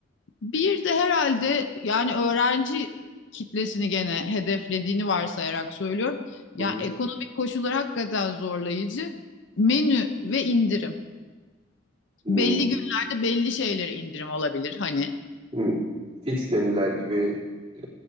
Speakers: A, on the left; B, on the right.
A: Bir de herhalde yani öğrenci kitlesini gene hedeflediğini varsayarak söylüyorum. Yani
B: Hı hı.
A: ekonomik koşullar hakikaten zorlayıcı. Menü ve indirim.
B: Hı.
A: Belli günlerde belli şeylere indirim olabilir hani.
B: Hmm. Fix menüler gibi e,